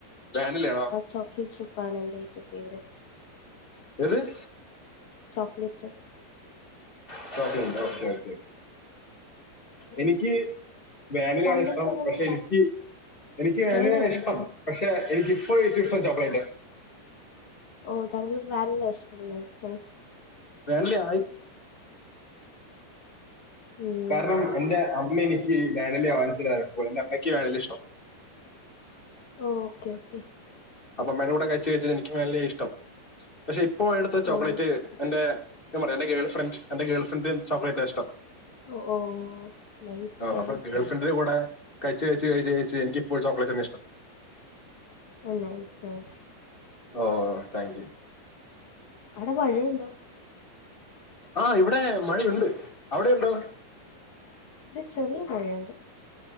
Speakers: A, on the left (about 35°); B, on the left (about 65°).
A: വേനിലയാണോ?
B: ചോക്ലറ്റ്ഷി പാണ് എൻ് ടു ഫേവററ്റ്സ്
A: എത്
B: chocolate ചെപ്പ്
A: <unintelligible> okay okay okay
B: yes
A: എനിക്ക് വേനിലയാണിഷ്ടം
B: താങ്കൾക്ക് അങ്ങനെ
A: പക്ഷെ എനിക്ക് എനിക്ക് വാനിലയാണ്
B: തേങ്ങയോ
A: ഇഷ്ടം പക്ഷെ എനിക്ക്പ്പോ ഏറ്റവും ഇഷ്ടം ചോക്ലെറ്റ്ആണ്
B: ഓ തങ്കക്ക് വൻല്ല ഇഷ്ടം നൈസ് നൈസ്
A: ഫാമില്ല്യായി
B: ഉം
A: കാരണം എന്റെ അമ്മനിക്ക് വേനലി വാങ്ങിച്ചതപ്പോൾ എന്റെ അമ്മയ്ക്ക് വേണലിഷ്ട്ടം
B: ഓ ഓക്കെ ഓക്കേ
A: അപ്പ അമ്മേഡെ കൂടെ കഴിച്ച് കഴിച്ച് എനിക്ക് മെയ്ൻലി അയിഷ്ടം പക്ഷെ ഇപ്പോ ഇട്ത്ത ചോക്ലേറ്റ്
B: ഓ
A: എന്റെ സത്യം പറ എന്റെ ഗേൾ ഫ്രണ്ട് എന്റെ ഗേൾ്രണ്ട് ചോക്ലെറ്റ് ഇഷ്ടം
B: ഓ ഓ നൈസ് നൈസ്
A: അപ്പൊ ഗേൾഫ്രിന്റെ കൂടെ കഴിച്ച് കഴിച്ച് കഴിച്ച കഴിച്ച് എനിക്ക്പ്പോ ചോക്ലേറ്റ് തന്നെ ഇഷ്ടം
B: നയിസ് നയിസ്
A: ഓഓ താങ്ക് യൂ
B: അവിടെ മഴയുണ്ടോ
A: ആ ഇവിടെ മഴയുണ്ട് അവിടെയുണ്ടോ
B: ഒരു ചെറിയ പഴംയണ്ട്.